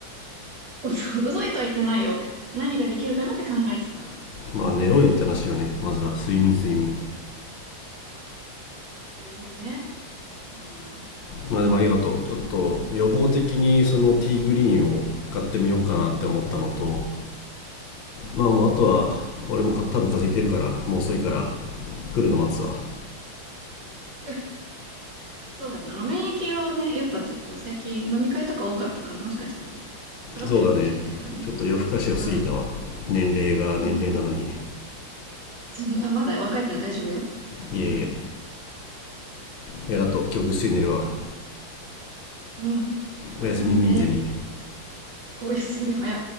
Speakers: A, on the right (about 55°); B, on the left (about 70°).
A: <laughs> 遅遅いとは言ってないよ。何ができるかなって考えてたんだけど、
B: まあ寝ろよって話よねまずは睡眠睡眠
A: あの、睡眠ね。あの
B: まあでもありがとうちょっと予防的にそのティーグリーンを買ってみようかなって思ったのと
A: まあ、ちょっとよく、よくうん。
B: まあもうあとは俺も多分風邪ひいてるからもう遅いから来るの待つわ
A: <laughs> そうだね。あの、免疫はね、やっぱちょっと最近飲み会とか多かったから、もしかしたら下がってるかもしれないからね。
B: そうだねちょっと夜更かしを過ぎたわ年齢が年齢なのに
A: うん。うん。<laughs> あ、まだ若いから大丈夫よ。
B: いえいえ
A: うん。
B: ありがとう今日ぐっすり寝るわ
A: うん。たくさん寝て、
B: おやすみミンゼミ
A: おやすみ、早。